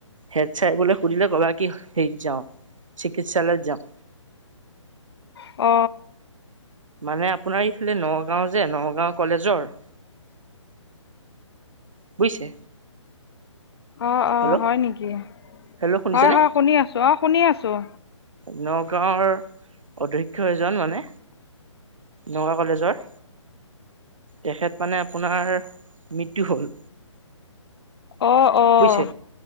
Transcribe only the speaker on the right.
হেট ছাৰ বোলে শুধিলে কবা কি, হেৰিত যাওঁ চিকিৎসালয়ত যাওঁ।
মানে আপোনাৰ এইফালে নগাঁও যে নগাঁও কলেজৰ বুজিছে?
হেল্ল'
হেল্ল' শুনিছেনে
নগাঁৱৰ অধ্যক্ষ এজন মানে নগাঁ কলেজৰ তেখেত মানে আপোনাৰ মৃত্যু হ'ল।
বুজিছে?